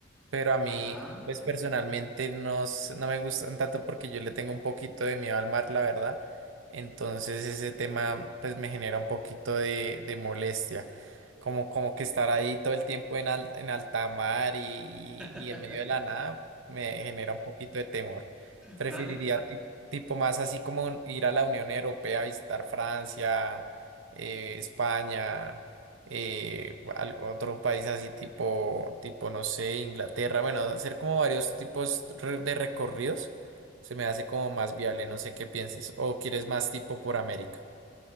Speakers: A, on the right; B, in the centre.
A: pero a mí,
B: Ajá.
A: pues personalmente no, s- no me gustan tanto porque yo le tengo un poquito de miedo al mar, la verdad. Entonces ese tema pues me genera un poquito de, de molestia. Como, como que estar ahí todo el tiempo en, al- en alta mar y, y-
B: <laughs>
A: y en medio de la nada me genera un poquito de temor. Preferiría
B: Dale.
A: ti- tipo más así como ir a la Unión Europea, visitar Francia, eh, España eh, al- otro país así tipo, tipo, no sé, Inglaterra. Bueno, hacer como varios tipos re- de recorridos se me hace como más viable, no sé qué pienses. O quieres más tipo por América.